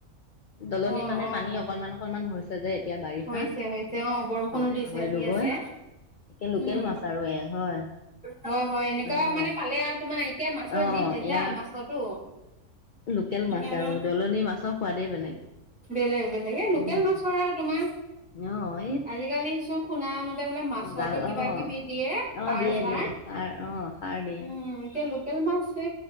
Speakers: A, on the left; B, in the centre.
A: দলনিত
B: অ',
A: মানে
B: অ',
A: পানী অকনমান অকনমান হৈছে যে এতিয়া বাৰিষা।
B: হৈছে হৈছে অ বৰষুণো
A: এই
B: দিছে
A: ধৰিলোগৈ
B: দি আছে
A: একে লোকেল
B: উম
A: মাছ আৰু এয়া হয়
B: হয় হয় এনেকুৱা
A: অ'।
B: মানে পালে আৰু তোমাৰ এতিয়া মাছৰ
A: অ'
B: জীৱ ভেজাল
A: ইয়াৰ
B: মাছতো
A: লোকেল মাছ
B: আৰু
A: দলনিৰ মাছৰ সোৱাদেই বেলেগ।
B: বেলেগ বেলেগ এ লোকেল
A: উম,
B: মাছ তোমাৰ
A: অ' এই
B: আজিকালি চো শুনা মতে বোলে মাছতো
A: জাল
B: কিবা
A: অ'
B: কিবি দিয়ে
A: অ'
B: সাৰ
A: দিয়ে
B: চাৰ
A: দিয়ে সাৰ অ' সাৰ দিয়ে
B: উম এতিয়া একেলমা আছে